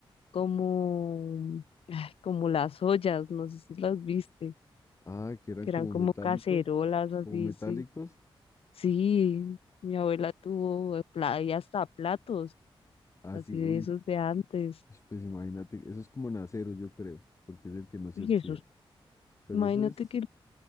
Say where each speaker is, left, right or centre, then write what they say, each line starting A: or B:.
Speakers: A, on the left; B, on the left.
A: como, ay, como las ollas? No sé si las viste,
B: Ah, que eran
A: que
B: como
A: eran como
B: metálicos,
A: cacerolas así,
B: como metálicos.
A: sí. Sí, mi abuela tuvo eh, pla- y hasta platos,
B: Así,
A: así de
B: uy,
A: esos de antes.
B: uy, pues imagínate, eso es como en acero, yo creo, porque es el que no se
A: Uy,
B: oxida.
A: esos,
B: Pero
A: imagínate
B: eso es
A: que el,